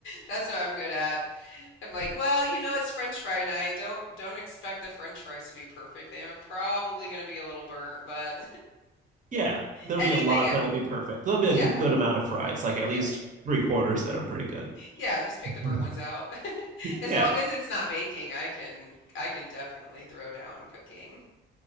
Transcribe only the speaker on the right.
Yeah, there'll
be a lot that'll be perfect. There'll be
like a good amount of fries, like at
least three quarters that are pretty good.
<laughs>
Yeah.